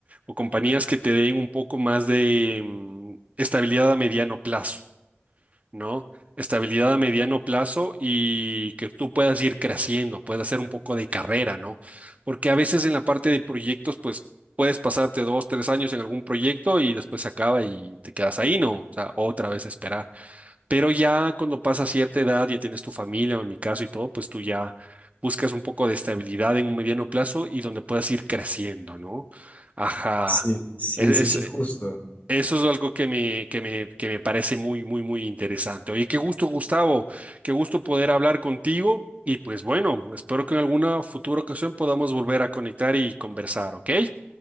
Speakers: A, on the right; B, on the left.
A: o compañías que te den un poco más de mm, estabilidad a mediano plazo, ¿no? Estabilidad a mediano plazo y que tú puedas ir creciendo, puedas hacer un poco de carrera, ¿no? Porque a veces en la parte de proyectos, pues puedes pasarte dos, tres años en algún proyecto y después se acaba y te quedas ahí, ¿no? O sea, otra vez esperar. Pero ya cuando pasa cierta edad, ya tienes tu familia, o en mi caso y todo, pues tú ya buscas un poco de estabilidad en un mediano plazo y donde puedas ir creciendo, ¿no? Ajá.
B: Sí, sí,
A: Es- es-
B: sí, sí,
A: e-,
B: justo.
A: eso es algo que me, que me, que me parece muy, muy, muy interesante. Oye, qué gusto, Gustavo. Qué gusto poder hablar contigo. Y pues bueno, espero que en alguna futura ocasión podamos volver a conectar y conversar, ¿ok?